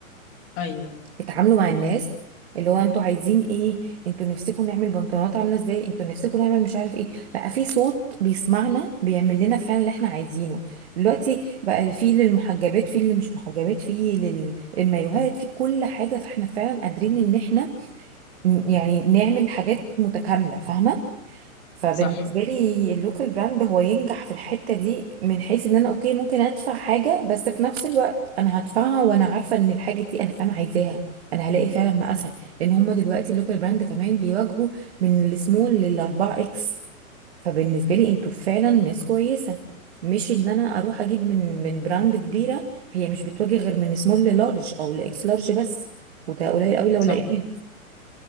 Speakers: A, on the left (about 25°); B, on the right (about 45°).
A: ايوه
B: اتعاملوا مع الناس اللي هو انتوا عايزين ايه انتوا نفسكم نعمل بنطلونات عاملة ازاي انتوا نفسكم نعمل مش عارف ايه بقى في صوت بيسمعنا بيعمل لنا فعلا اللي احنا عايزينه دلوقتي بقى في للمحجبات في اللي مش محجبات في للمايوهات في كل حاجة فاحنا فعلا قادرين ان احنا ن- يعني نعمل حاجات متكاملة فاهمة فبالنسبة
A: صح
B: لي اللوكال براند هو ينجح في الحتة دي من حيث ان انا اوكي ممكن ادفع حاجة بس في نفس الوقت انا هدفعها وانا عارفة ان الحاجة دي انا فعلا عايزاها انا هلاقي فعلا مقاسها لان هما دلوقتي اللوكال براند كمان بيواجهوا من السمول للاربعة اكس فبالنسبة لي انتوا فعلا ناس كويسة مش ان انا اروح اجيب من من براند كبيرة هي مش بتواجه غير من سمول للارج او لاكس لارج بس وده قليل قوي لو
A: صح
B: لقيتها